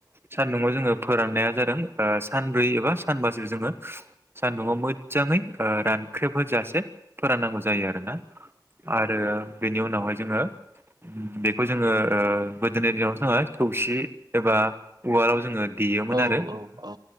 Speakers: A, on the right; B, on the right.
A: सानदुङाव जोंङो फोराननाया जादों ओ सानब्रै एबा सानबासो जोंङो सानदुङाव मो जांङै ओ रानख्रेब होजासे फोराननांगौ जायो आरो ना आरो बेनि उनावहाय जोंङो उम बेखौ जोंङो ओ गोदोनि दिनावथ' जोंङो थौसि एबा उवालाव जोंङो देयोमोन
B: औ
A: आरो
B: औ औ